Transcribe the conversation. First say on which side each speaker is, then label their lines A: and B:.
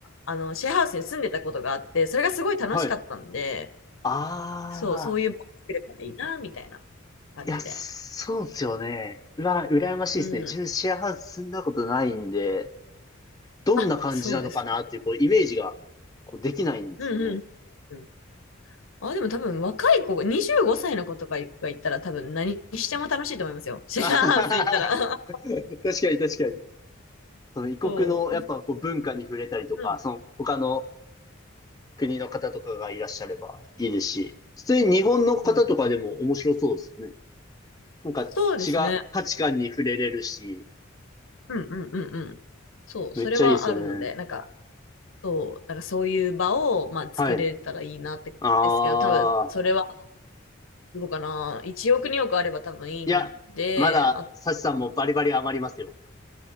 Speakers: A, on the left; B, on the left.
A: あの、シェアハウスに住んでたことがあって、それがすごい楽しかったんで、
B: はい。ああ、
A: そう、そういう場を作れたらいいな、みたいな感じで。
B: いや、そうですよね。うわ、羨ましいですね。
A: うん。
B: 自分シェアハウス住んだことないんで、どんな感じなのかなっていう、
A: あ、そうですか。
B: こう、イメージが、こう、できないんですよね。
A: うんうん。うんあ、でも多分若い子、25歳の子とかが行ったら多分何しても楽しいと思いますよ。<laughs> シェアハウス行ったら。
B: あははは確かに確かに。
A: <laughs>
B: その異国の、
A: そう。
B: やっぱ、こう、文化に触れたりとか、
A: うん。
B: その、他の国の方とかがいらっしゃればいいですし、普通に日本の方とかでも面白そうですよね。
A: うん。
B: なんか違う価値観に触れれるし、
A: そうですね。うんうんうんうん。そう、
B: めっちゃいいですよね。
A: それはあるので、なんか、そう、なんかそういう場を、まあ、作れたらいいなって、
B: はい。ああ、
A: ですけど、多分、それは、どうかな。1億、2億あれば多分いいんで、
B: いや、まだ、
A: あ、
B: サチさんもバリバリ余りますよ。